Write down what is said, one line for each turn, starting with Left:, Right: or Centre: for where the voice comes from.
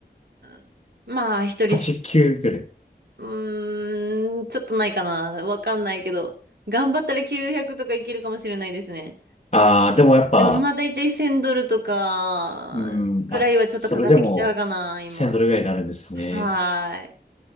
Right: あ、まあ、一人す、
Left: 8、9ぐらい。
Right: うーん、ちょっとないかな。わかんないけど。頑張ったら900とかいけるかもしれないですね。
Left: ああ、でもやっぱ、
Right: でも、まあ、だいたい1000ドルとか、
Left: うん。
Right: くらいはちょっとかかってきちゃうかな、
Left: あ、それでも、
Right: 今。
Left: 1000ドルぐらいになるんですね。
Right: はーい。